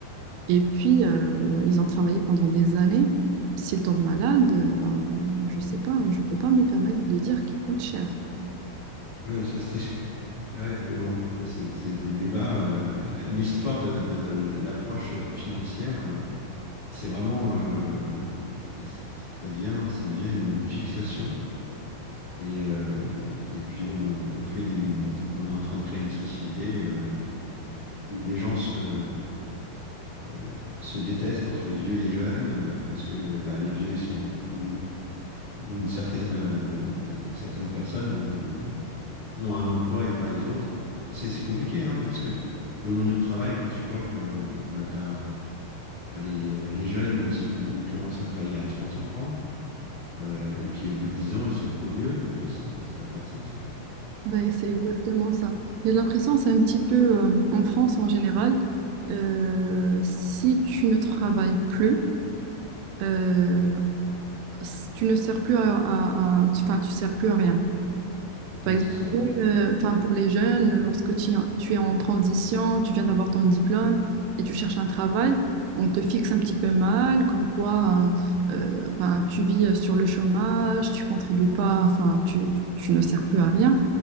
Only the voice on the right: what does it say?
Et puis, euh, ils ont travaillé pendant des années. S'ils tombent malades, euh, ben, je sais pas, je peux pas me permettre de dire qu'ils coûtent cher.
Ben, c'est exactement ça. J'ai l'impression, c'est un petit peu, euh, en France en général, euh, si tu ne travailles plus, euh, si tu ne sers plus à, à- à- enfin, tu sers plus à rien. Par
exemple,
même, euh, enfin, pour les jeunes, lorsque tu, es en- tu es en transition, tu viens d'avoir ton diplôme et tu cherches un travail, on te fixe un petit peu mal, comme quoi euh, ben, tu vis euh, sur le chômage, tu contribues pas, enfin, tu, tu ne sers plus à rien.